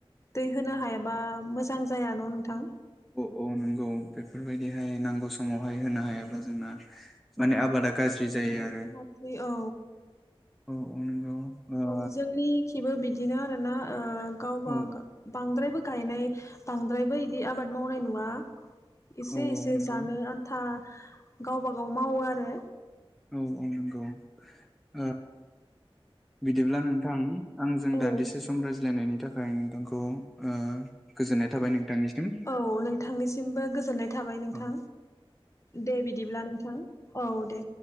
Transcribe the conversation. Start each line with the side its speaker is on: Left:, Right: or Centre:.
Left: दै होनो हायाबा मोजां जाया न' नोंथां
Centre: औ औ नंगौ बेफोरबायदिहाय नांगौ समावहाय होनो हायाब्ला जोंना माने आबादा गाज्रि जायो आरो
Left: गासै औ
Centre: औ औ नंगौ ओ
Left: औ जोंनि खिबो बिदिनो <unintelligible> गावबा
Centre: औ
Left: गाव बांद्रायबो गायनाय बांद्रायबो बिदि आबाद मावनाय नुया एसे
Centre: औ
Left: एसे
Centre: औ नंगौ
Left: जानो आन्था गावबा गाव मावो आरो
Centre: औ औ नंगौ ओ बिदिब्ला नोंथां आंजों
Left: औ
Centre: दान्दिसे सम रायज्लायनायनि थाखाय नोंथांखौ ओ गोजोननाय थाबाय नोंथांनिसिम
Left: औ नोंथांनिसिमबो गोजोननाय थाबाय नोंथां
Centre: औ
Left: दे बिदिब्ला नोंथां औ दे